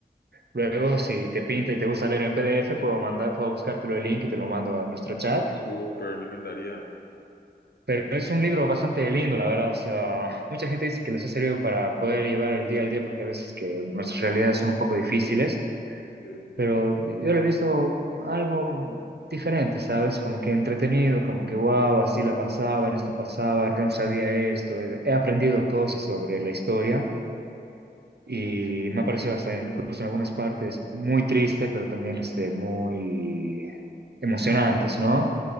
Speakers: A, on the right; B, on the left.
A: Luego, si te pinta y te gusta leer en PDF, puedo mandar, puedo buscártelo el link y te lo mando a nuestro chat.
B: Súper, me encantaría.
A: Pero es un libro bastante lindo, la verdad. O sea, mucha gente dice que les ha servido para poder llevar el día al día porque a veces que nuestras realidades son un poco difíciles.
B: Sí.
A: pero yo lo he visto algo diferente, ¿sabes? Como que entretenido, como que wow, así la pasaba, en esto pasaba, Ron sabía esto, eh, he aprendido cosas sobre la historia y me ha parecido hasta incluso en algunas partes muy triste, pero también este, muy emocionantes, ¿no?